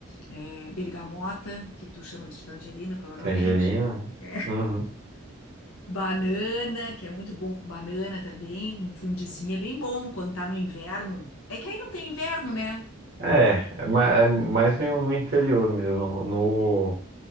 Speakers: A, on the left; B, on the right.
A: eh, bergamota, que tu chama de tangerina, provavelmente.
B: tangerina.
A: É.
B: Uhum.
A: Banana, que é muito bom com banana também, um fundizinho é bem bom quando tá no inverno. É que aí não tem inverno, né?
B: É, é ma- é mais no, no interior mesmo. No...